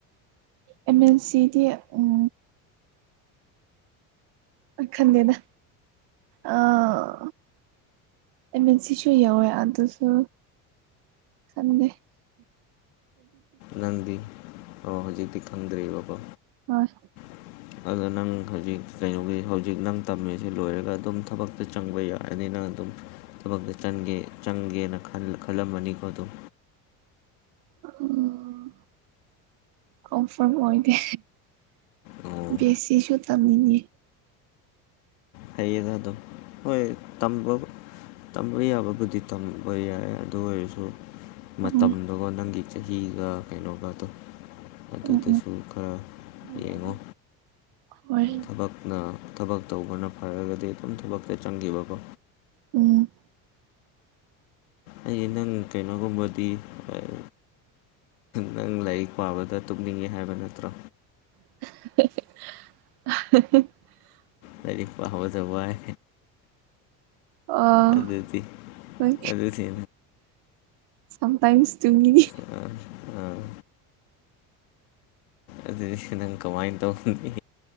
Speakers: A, on the right; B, on the left.
A: ꯑꯦꯝ ꯑꯦꯟ ꯁꯤꯗꯤ ꯎꯝ꯫ ꯑꯩ ꯈꯜꯂꯦꯗ ꯑꯥ ꯑꯦꯝ ꯑꯦꯟ ꯁꯤꯁꯨ ꯌꯥꯎꯋꯦ ꯑꯗꯨꯁꯨ ꯈꯪꯗꯦ
B: ꯅꯪꯗꯤ ꯑꯣ ꯍꯧꯖꯤꯛꯇꯤ ꯈꯪꯗ꯭ꯔꯤꯕꯀꯣ
A: ꯍꯣꯏ
B: <unintelligible> ꯑꯗꯣ ꯅꯪ ꯍꯧꯖꯤꯛ ꯀꯩꯅꯣꯒꯤ ꯍꯧꯖꯤꯛ ꯅꯪ ꯇꯝꯃꯤꯁꯤ ꯂꯣꯏꯔꯒ ꯑꯗꯨꯝ ꯊꯕꯛꯇ ꯆꯪꯕ ꯌꯥꯔꯅꯤ ꯅꯪ ꯑꯗꯨꯝ ꯊꯕꯛꯇ ꯆꯪꯒꯦ ꯆꯪꯒꯦꯅ ꯈꯜ ꯈꯜꯂꯝꯃꯅꯤꯀꯣ ꯑꯗꯨꯝ
A: ꯎꯝ ꯀꯣꯝꯐ꯭ꯥꯔꯝ ꯑꯣꯏꯗꯦ꯫
B: ꯑꯣ
A: ꯕꯦꯁꯤꯁꯨ ꯇꯝꯅꯤꯡꯉꯤ꯫
B: ꯐꯩꯌꯦꯗ ꯑꯗꯨꯝ ꯍꯣꯏ ꯇꯝꯕ__ ꯇꯝꯕ ꯌꯥꯕꯕꯨꯗꯤ ꯇꯝꯕ ꯌꯥꯏ ꯑꯗꯨ ꯑꯣꯏꯔꯁꯨ ꯃꯇꯝꯗꯨꯒ
A: ꯎꯝ
B: ꯅꯪꯒꯤ ꯆꯍꯤꯒ ꯀꯩꯅꯣꯒꯗꯣ ꯑꯗꯨꯗꯁꯨ
A: ꯎꯝ
B: ꯈꯔ
A: ꯎꯝ
B: ꯌꯦꯡꯉꯣ
A: ꯍꯣꯏ
B: ꯊꯕꯛ ꯅ ꯊꯕꯛ ꯇꯧꯕꯅ ꯐꯔꯒꯗꯤ ꯑꯗꯨꯝ ꯊꯕꯛꯇ ꯆꯪꯒꯤꯕꯀꯣ
A: ꯎꯝ
B: ꯑꯩ ꯅꯪ ꯀꯩꯅꯣꯒꯨꯝꯕꯗꯤ ꯑꯥ ꯅꯪ ꯂꯥꯏꯌꯤꯛ ꯄꯥꯕꯗ ꯇꯨꯞꯅꯤꯡꯉꯤ ꯍꯥꯏꯕ ꯅꯠꯇ꯭ꯔꯣ
A: <unintelligible>
B: ꯂꯥꯏꯔꯤꯛ ꯄꯥꯕꯗ ꯋꯥꯏ
A: ꯑꯥ
B: ꯑꯗꯨꯗꯤ
A: ꯍꯣꯏ
B: ꯑꯗꯨꯗꯤ
A: ꯁꯝ ꯇꯥꯏꯝꯁ ꯇꯨꯝꯅꯤꯡꯉꯤ
B: ꯑꯥ ꯑꯥ ꯑꯗꯨꯗꯤ ꯅꯪ ꯀꯃꯥꯏꯅ ꯇꯧꯅꯤ